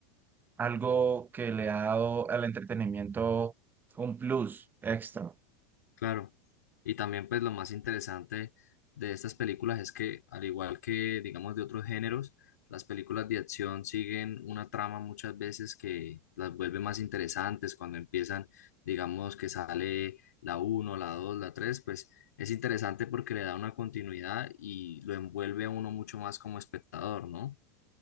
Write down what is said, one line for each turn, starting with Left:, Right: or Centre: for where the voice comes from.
Right: algo que le ha dado al entretenimiento un plus extra.
Left: Claro, y también pues lo más interesante de estas películas es que al igual que digamos de otros géneros, las películas de acción siguen una trama muchas veces que las vuelve más interesantes cuando empiezan, digamos que sale la uno, la 2, la 3, pues es interesante porque le da una continuidad y lo envuelve a uno mucho más como espectador, ¿no?